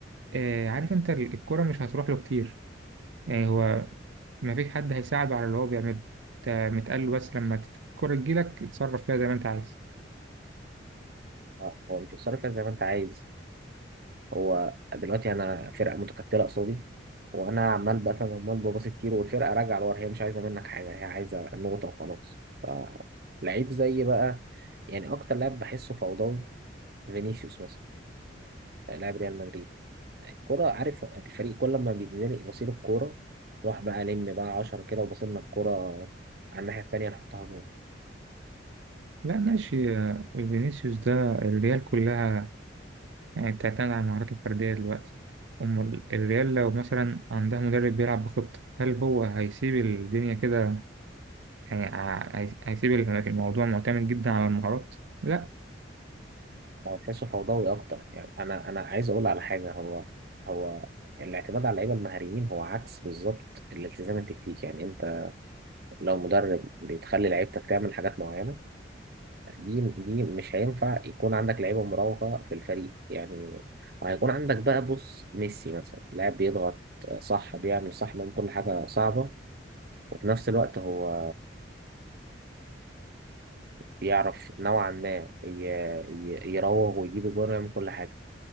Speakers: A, on the right (about 75°); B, on the right (about 55°).
A: آه عارف انت ال- الكرة مش هتروح له كتير يعني هو ما فيش حد هيساعده على اللي هو بيعمله انت متقال له بس لما تت- الكرة تجيلك اتصرف فيها زي ما انت عايز
B: آه، هو مش هتصرف فيها زي ما انت عايز هو دلوقتي انا فرقه متكتله قصادي وانا عمال بقى فاهم عمال بباصي كتير والفرقه راجعه لورا هي مش عايزه منك حاجه هي عايزه النقطه وخلاص فلعيب زي بقى يعني اكتر لاعب بحسه فوضوي فينيسيوس مثلا لاعب ريال مدريد الكورة عارف الفريق كل ما بيتزنق بصيل الكورة روح بقى لم بقى عشرة كده وبصيلنا الكورة على الناحية التانية نحطها جول
A: لا ماشي
B: يعني
A: آه، فينيسيوس ده الريال كلها يعني بتعتمد على المهارات الفردية دلوقتي أمال الريال لو مثلا عندها مدرب بيلعب بخطة هل هو هيسيب الدنيا كده يعني ع- هي- هيسيب الموضوع معتمد جدا على المهارات لا
B: هو تحسه فوضوي أكتر يعني أنا أنا عايز أقول على حاجة هو هو الاعتماد على اللعيبة المهاريين هو عكس بالظبط الالتزام التكتيكي يعني أنت لو مدرب بتخلي لعيبتك تعمل حاجات معينة دي دي مش هينفع يكون عندك لعيبة مراوغة في الفريق يعني وهيكون عندك بقى بص ميسي مثلا لاعب بيضغط صح بيعمل صح من كل حاجة صعبة في نفس الوقت هو بيعرف نوعا ما ي- ي- يراوغ ويجيب الجون ويعمل كل حاجة